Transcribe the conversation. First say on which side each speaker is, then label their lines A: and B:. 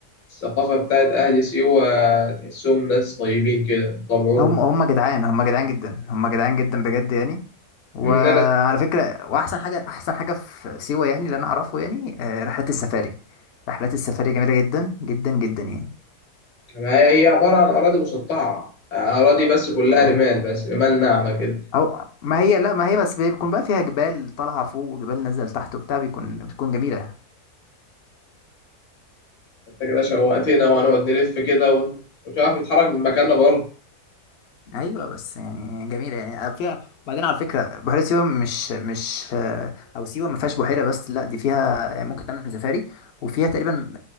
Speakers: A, on the left (about 55°); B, on the left (about 70°).
A: الثقافة بتاعت أهل سيوة تحسهم ناس طيبين كده طبعهم
B: هم هم جدعان هم جدعان جدا هم جدعان جدا بجد يعني وعلى
A: إن أنا
B: فكرة وأحسن حاجة أحسن حاجة في سيوة يعني اللي أنا أعرفه يعني آه، رحلات السفاري رحلات السفاري جميلة جدا جدا جدا يعني
A: يعني هي هي عبارة عن أراضي مسطحة أراضي بس كلها
B: أيوه
A: رمال بس رمال ناعمة كده
B: أو ما هي لا ما هي بس بيكون بقى فيها جبال طالعة فوق وجبال نازلة تحت وبتاع بيكون بتكون جميلة
A: انت كده شوقتنا وهنقعد نلف كده و- ومش عارف نتحرك من مكاننا برضه
B: ايوه بس يعني جميله يعني آه، فيها بعدين على فكره بحيره سيوه مش مش آه، او سيوه ما فيهاش بحيره بس لا دي فيها يعني ممكن تعمل سفاري وفيها تقريبا